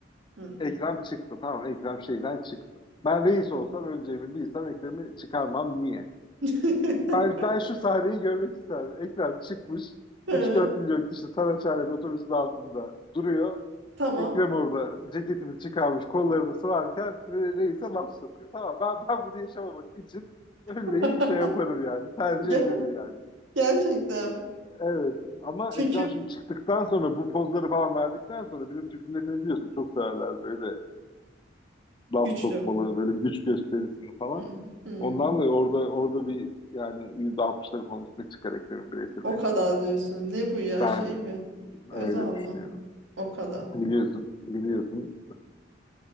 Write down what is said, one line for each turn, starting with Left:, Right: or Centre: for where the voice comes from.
Right: Hı.
Left: Ekrem çıktı tamam Ekrem şeyden çıktı. Ben reis
Right: Hı.
Left: olsam öleceğimi bilsem Ekrem'i çıkarmam niye?
Right: <laughs>
Left: Ben, ben şu sahneyi görmek isterim. Ekrem çıkmış
Right: Hı,
Left: üç dört milyon kişi Saraçhane'nin otobüsün altında duruyor.
Right: Tamam.
Left: Ekrem orada ceketini çıkarmış, kollarını sıvarken re- reise laf sokuyor. Tamam ben, ben bunu yaşamamak için ölmeyi
Right: <laughs>
Left: şey yaparım yani. Tercih
Right: Ger-
Left: ederim yani.
Right: Gerçekten mi?
Left: Evet ama
Right: Çünkü
Left: Ekrem şimdi çıktıktan sonra bu pozları falan verdikten sonra bizim Türk milletini biliyorsun çok severler böyle laf
Right: güçlü.
Left: sokmalı, böyle güç gösterisini falan.
Right: Hı, hı.
Left: Ondan dolayı orada orada bir yani %60'ları falan üstüne çıkar Ekrem'in bireyseli.
Right: O kadar diyorsun. Ne bu ya
Left: Ben
Right: şey mi?
Left: öyle
Right: Özal
Left: düşünüyorum.
Right: mı? O kadar.
Left: Biliyorsun, biliyorsun.